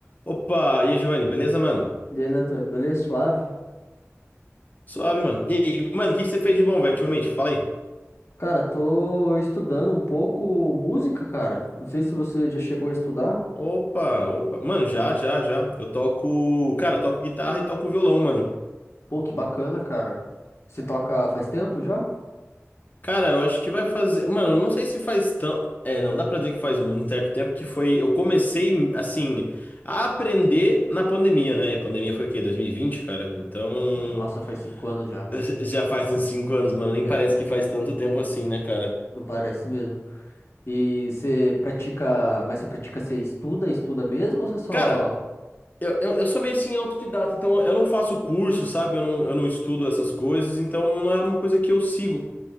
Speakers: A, on the left; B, on the left.
A: Opa, e aí, Giovanni, beleza, mano?
B: E aí, Natan, beleza? Suave?
A: Suave, mano. E aí, mano, o que que você fez de bom, velho, ultimamente? Fala aí.
B: Cara, tô estudando um pouco música, cara. Não sei se você já chegou a estudar.
A: Opa, opa. Mano, já, já, já. Eu toco. Cara, eu toco guitarra e toco violão, mano.
B: Pô, que bacana, cara. Você toca faz tempo já?
A: Cara, eu acho que vai fazer. Mano, eu não sei se faz tão. É, não dá pra dizer que faz um certo tempo que foi. Eu comecei, assim, a aprender na pandemia, né? E a pandemia foi o quê? 2020, cara? Então.
B: Oi, Nossa, faz cinco anos já, velho.
A: <laughs> Já faz uns 5 anos, mano. Nem
B: Já,
A: parece que faz tanto tempo assim, né, cara?
B: não parece mesmo. E você pratica, mas você pratica, você estuda, estuda mesmo ou você só...
A: Cara, Eu, eu, eu sou meio assim autodidata, então eu não faço curso, sabe? Eu não, eu não estudo essas coisas, então não é uma coisa que eu sigo.